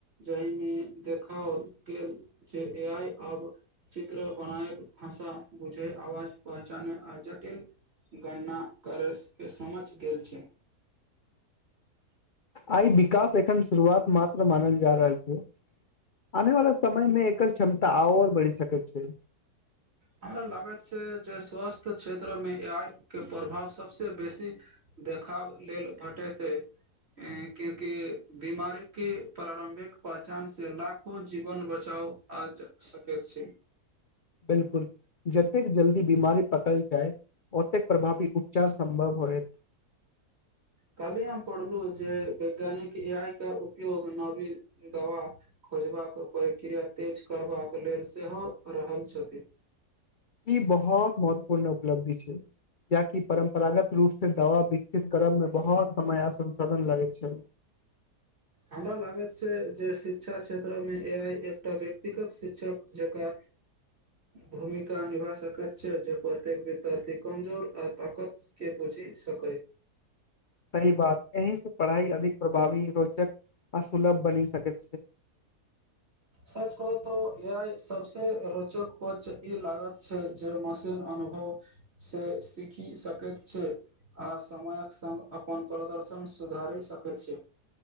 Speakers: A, on the right; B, on the left.
A: जाहिमे देखाओल गेल जे ए आइ आब चित्र बनायब, भाषा बुझब, आवाज पहचानब आ जटिल गणना करै के समझ झ गेल छै।
B: आइ विकास एखन शुरुआत मात्र मानल जा रहल छै, आने वाला समय मे एकर क्षमता आओर बढ़ि सकैत छै।
A: हमरा लागैत छै जे स्वास्थ्य क्षेत्रमे ए आइ के प्रभाव सभसे बेसी देखाव लेल भेटेतै कियाकि बीमारीके प्रारम्भिक पहचानसे लाखो जीवन बचाव आबि सकैत छै।
B: बिलकुल, जतेक जल्दी बीमारी पकड़ल जाय ओतेक प्रभावी उपचार सम्भव होयत।
A: काल्हि हम पढ़लहुं जे वैज्ञानिक ए आइ के उपयोग नवी दवा खोजबाक प्रक्रिया तेज करबाक लेल सेहो क रहल छथि।
B: इ बहुत महत्वपूर्ण उपलब्धि छै। कियाकि परम्परागत रूप से दवा विकसित करबमे बहुत समय आ संसाधन लागै छै।
A: हमरा लागैत छै जे शिक्षा क्षेत्रमे ए आइ एकटा व्यक्तिगत शिक्षक जकां भूमिका निभा सकैत छै जे प्रत्येक विद्यार्थी कमजोर आ ताकत के बुझि सकै।
B: सही बात, एहि से पढ़ाइ अधिक प्रभावी, रोचक आ सुलभ बनी सकत।
A: सच कहु तं ए आइ सबसं रोचक पक्ष ई लागैत छै जे मशीन अनुभवसे सीखि सकैत छै आ समयक संग अपन प्रदर्शन सुधारि सकैत छै।